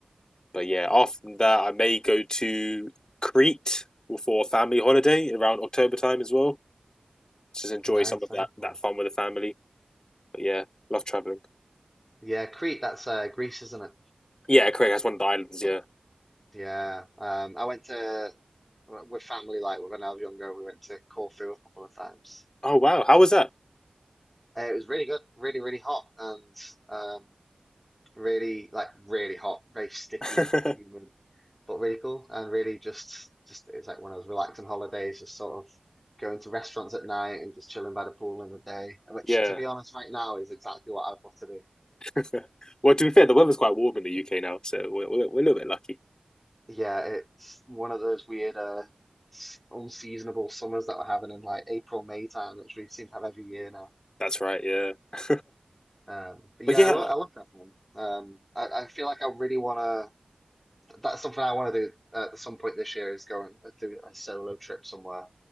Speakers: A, on the left (about 35°); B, in the centre.
A: But yeah, after that, I may go to Crete for a family holiday around October time as well. Just enjoy
B: nice,
A: some of
B: very
A: that
B: cool.
A: that fun with the family. But yeah, love traveling.
B: Yeah, Crete, that's uh, Greece, isn't it?
A: Yeah, Craig, that's one of the islands. Yeah.
B: Yeah. Um, I went to with family like when I was younger. We went to Corfu a couple of times.
A: Oh wow, how was that?
B: Uh, it was really good, really, really hot, and um, really like really hot, very sticky,
A: <laughs>
B: humid, but really cool, and really just just it was like one of those relaxing holidays, just sort of going to restaurants at night and just chilling by the pool in the day, which
A: yeah.
B: to be honest, right now is exactly what I'd love to do.
A: <laughs> well, to be fair, the weather's quite warm in the UK now, so we're, we're, we're a little bit lucky.
B: Yeah, it's one of those weird, uh, s- unseasonable summers that we're having in like April, May time, which we seem to have every year now.
A: That's right, yeah. <laughs>
B: Um, but
A: But
B: yeah,
A: yeah,
B: I, lo I love traveling. Um, I, I feel like I really want to. that's something I want to do at some point this year is go and uh, do a solo trip somewhere.